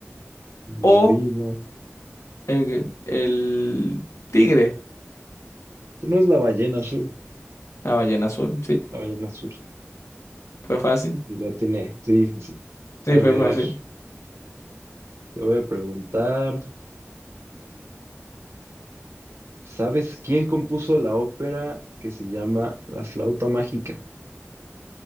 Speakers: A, on the left; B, on the right.
A: o
B: gorila.
A: el, el tigre.
B: No es la ballena azul.
A: La ballena azul, sí.
B: La ballena azul.
A: Fue fácil.
B: Sí, la tiene. Sí, sí, sí. A
A: Sí,
B: ver,
A: fue fácil.
B: te voy a preguntar. ¿Sabes quién compuso la ópera que se llama La flauta mágica?